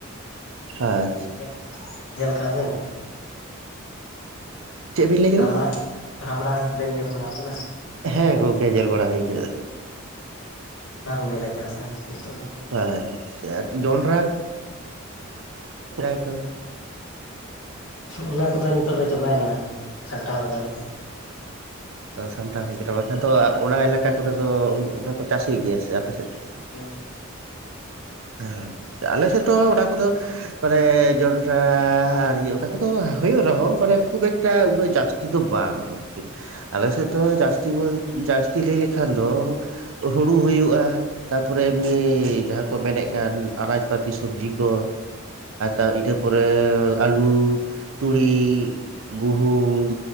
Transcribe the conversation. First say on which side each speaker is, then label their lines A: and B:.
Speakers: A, on the right; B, on the left.
A: ᱟᱪᱪᱷᱟ
B: <inaudible> ᱧᱮᱞ ᱧᱮᱞ ᱠᱟᱜᱼᱟ ᱵᱮᱱ?
A: ᱪᱮᱫ ᱵᱤᱱ ᱞᱟᱹᱭ ᱠᱮᱫᱟ?
B: ᱨᱟᱢᱲᱟ ᱨᱟᱢᱲᱟ ᱵᱮᱱ ᱧᱮᱞ ᱵᱟᱲᱟᱣ ᱟᱠᱟᱫᱟ?
A: ᱦᱮᱸ ᱜᱚᱝᱠᱮ ᱧᱮᱞ ᱵᱟᱲᱟ ᱦᱩᱭ ᱠᱟᱱᱟ
B: ᱚᱱᱟ ᱠᱚ ᱜᱮᱞᱮ ᱪᱟᱥᱟ ᱱᱤᱛᱚᱜ ᱫᱚ᱾
A: ᱟᱪᱪᱷᱟ, ᱟᱨ ᱡᱚᱱᱰᱨᱟ ᱚᱲᱟᱭ ᱠᱚ
B: ᱚᱱᱟ ᱠᱚᱫᱚ ᱱᱤᱛᱳᱜ ᱫᱚ ᱪᱟᱵᱟᱭᱱᱟ ᱥᱟᱢᱴᱟᱣ ᱠᱮᱫᱟᱞᱮ᱾
A: ᱥᱟᱢᱴᱟᱣ ᱦᱩᱭ ᱠᱟᱱᱟ ᱵᱟᱠᱷᱟᱱ ᱫᱚ ᱚᱱᱟ ᱮᱞᱟᱠᱟ ᱠᱚᱨᱮ ᱫᱚ ᱚᱱᱟ ᱠᱚ ᱪᱟᱥ ᱦᱩᱭᱩᱜ ᱜᱮᱭᱟ ᱥᱮ ᱟᱯᱮ ᱥᱮᱫ?
B: ᱦᱩᱸ
A: ᱦᱮᱸ ᱟᱞᱮ ᱥᱮᱫ ᱫᱚ ᱚᱱᱟ ᱠᱚᱫᱚ ᱢᱟᱱᱮ ᱡᱚᱱᱰᱨᱟ ᱟᱨ ᱤᱭᱟᱹ ᱚᱱᱟ ᱠᱚᱫᱚ ᱦᱩᱭᱩᱜ ᱨᱮᱦᱚᱸ ᱢᱟᱱᱮ ᱠᱷᱩᱵ ᱮᱠᱴᱟ ᱩᱱᱟᱹᱜ ᱡᱟᱹᱥᱛᱤ ᱫᱚ ᱵᱟᱝ᱾ ᱟᱨᱠᱤ ᱟᱞᱮ ᱥᱮᱫ ᱫᱚ ᱡᱟᱹᱥᱛᱤ ᱵᱚᱞ ᱡᱟᱹᱥᱛᱤ ᱞᱟᱹᱭ ᱞᱮᱠᱷᱟᱱ ᱫᱚ, ᱦᱩᱲᱩ ᱦᱩᱭᱩᱜᱼᱟ ᱛᱟᱯᱚᱨᱮ ᱮᱢᱱᱤ ᱡᱟᱦᱟᱸ ᱠᱚ ᱢᱮᱱᱮᱫ ᱠᱟᱱ ᱟᱱᱟᱡᱽ ᱯᱟᱹᱛᱤ ᱥᱚᱵᱡᱤ ᱠᱚ ᱟᱨ ᱤᱱᱟᱹ ᱯᱚᱨᱮ ᱟᱹᱞᱩ, ᱛᱩᱲᱤ ᱜᱩᱦᱩᱢ